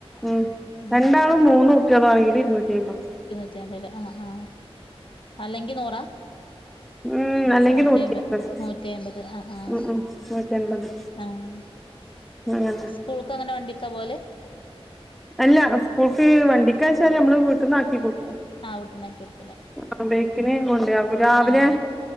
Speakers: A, in the centre; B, on the left.
A: ഉം
B: ഉം
A: രണ്ടാള്ും മൂന്ന് കുട്ട്യളും ആണെങ്കില് ഇരുന്നൂറ്റി അയിബതാ
B: <unintelligible> ആഹ് ആ അല്ലെങ്കി നൂറ്
A: ഉം
B: എത്ര
A: അല്ലെങ്കി
B: നൂറ്റാമ്പത്
A: നൂറ്റി അയ്മ്പത്
B: നൂറ്റിയെമ്പത് ആ. ആഹ്
A: ഉം ഉം നൂറ്റി അൻപത്
B: ആഹ്.
A: അങ്ങനെ
B: സ്കൂൾക്ക് അങ്ങനെ വണ്ടിക്കാ പോവല്
A: അല്ല സ്കൂൾക്ക് വണ്ടിക്കാച്ചാല് നമ്മള് വീട്ട്ന്ന് ആക്കി കൊടു
B: ആഹ് വീട്ട്ന്നാക്കി കൊട്
A: ആ ബേയ്ക്കിന് കൊണ്ടോയാകും രാവിലെ
B: ആ